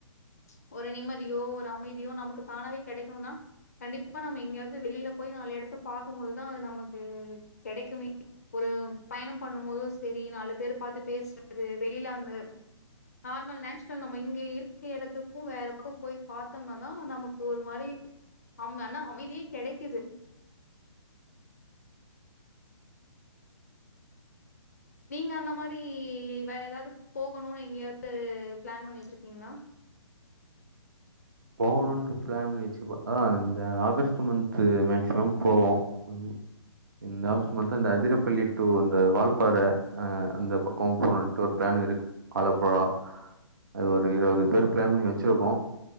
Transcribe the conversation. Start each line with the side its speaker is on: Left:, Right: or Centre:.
Left: ச்ச ஒரு நிம்மதியோ ஒரு அமைதியோ நமக்கு தானவே கெடைக்கணுனா கண்டிப்பா நம்ம எங்கயாவ்து வெளில போய் நாலு எடத்த பாக் கும் போதுதா அது நமக்கு கெடைக்குமே ஒரு பயணம் பண்ணும் போது செரி நாலு பேர பாத்து பேசுறது வெளில அந்த நார்மல் நேச்ரல் நம்ம இங்க இருக் க எடத்துக்கோ வேற பக்கோ போய் பாத்தம்னா தா நமக்கு ஒரு மாரி அம ஆனா அமைதி கெடைக்குது நீங்க அந்த மாரி வேற எதாவ்து போகணுனு எங்கயாவ்து ப்ளான் பண்ணி வெச்சிருக்கீங்ளா
Right: போகணுன்டு ப்ளான் பண்ணி வெச்சுருக்கோ ஆனா இந்த ஆகஸ்ட்டு மந்த்து மேக்சிமம் போவோ ம் இந்த ஆகஸ்ட்டு மந்த்து அந்த அதிரப்பள்ளி டூ அந்த வால்பாற அ அந்த பக்கோ போணுன்ட்டு ஒரு ப்ளான் இருக் ஆலப்புழா அது ஒரு இருவது பேரு ப்ளான் பண்ணி வெச்சிருக்கோ